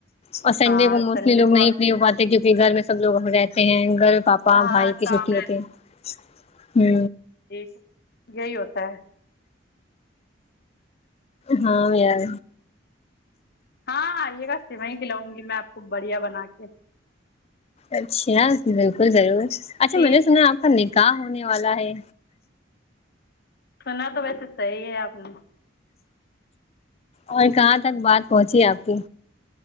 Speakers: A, on the left (about 30°); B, on the left (about 55°).
A: اور سنڈے
B: ہاں
A: کو موسٹلی
B: سنڈے
A: لوگ
B: کو
A: نہیں فری ہو پاتے کیونکہ گھر میں سب لوگ رہتے ہیں گھر باپ
B: ہاں
A: بھائی کی
B: کام
A: چھوٹی ہوتی ہے
B: یہی تو یہی ہوتا ہے
A: ہاں یار
B: ہاں آئیے گا سویاں کھلاؤں گی میں آپ کو بڑھیا بنا کے
A: اچھا بالکل ضرور اچھا
B: ٹھیک
A: میں نے سنا ہے آپ کا نکاح ہونے والا ہے
B: سنا تو ویسے صحیح ہے آپ نے
A: اور کہاں تک بات پہنچی آپ کی